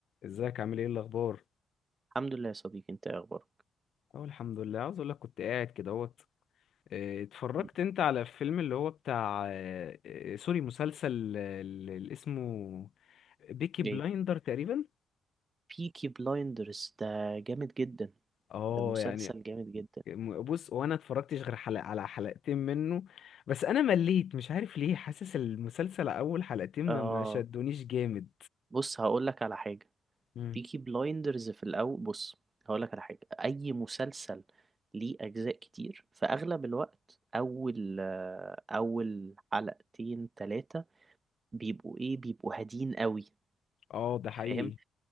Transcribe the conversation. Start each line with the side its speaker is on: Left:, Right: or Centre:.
Left: ازيك عامل ايه الاخبار
Right: الحمد لله يا صديقي انت ايه اخبارك
Left: اه الحمد لله عاوز اقول لك كنت قاعد كده اهوت اه، اتفرجت
Right: م.
Left: انت على الفيلم اللي هو بتاع اه، اه، سوري مسلسل اه، اللي اسمه بيكي
Right: ايه
Left: بلايندر تقريبا
Right: بيكي بلايندرز ده جامد جدا
Left: اه
Right: ده مسلسل
Left: يعني
Right: جامد جدا
Left: م- بص وانا اتفرجتش غير حلقة على حلقتين منه بس انا مليت مش عارف ليه حاسس المسلسل اول حلقتين
Right: اه
Left: ما ما شدونيش جامد
Right: بص هقول لك على حاجه
Left: مم.
Right: بيكي بلايندرز في الاول بص هقول لك على حاجه اي مسلسل ليه اجزاء كتير في اغلب الوقت اول آه، اول حلقتين ثلاثه بيبقوا ايه بيبقوا هادين قوي
Left: اه ده حقيقي
Right: فاهم